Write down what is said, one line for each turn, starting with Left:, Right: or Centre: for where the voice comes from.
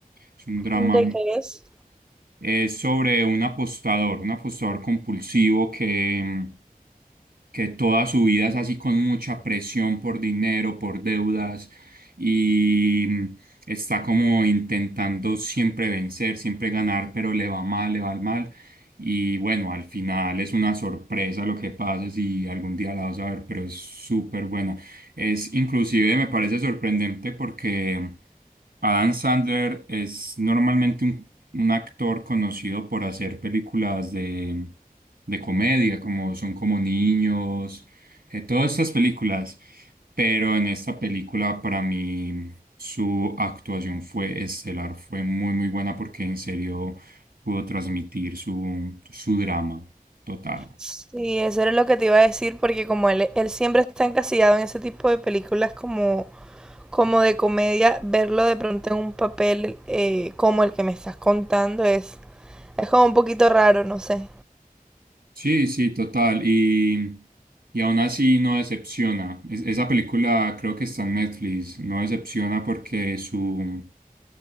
Right: Es un drama,
Centre: ¿De qué es?
Right: es sobre un apostador, un apostador compulsivo que, mm, que toda su vida es así con mucha presión por dinero, por deudas y mm, está como intentando siempre vencer, siempre ganar, pero le va mal, le va mal. Y bueno, al final es una sorpresa lo que pasa si algún día la vas a ver, pero es súper buena. Es inclusive me parece sorprendente porque Adam Sandler es normalmente un un actor conocido por hacer películas de, de comedia, como son como niños, eh, todas estas películas. Pero en esta película, para mí, su actuación fue estelar, fue muy, muy buena porque en serio pudo transmitir su, su drama total.
Centre: Sí, eso era lo que te iba a decir, porque como él, él siempre está encasillado en ese tipo de películas como, como de comedia, verlo de pronto en un papel eh, como el que me estás contando es, es como un poquito raro, no sé.
Right: Sí, sí, total. Y, y aún así no decepciona. Es- esa película creo que está en Netflix. No decepciona porque su,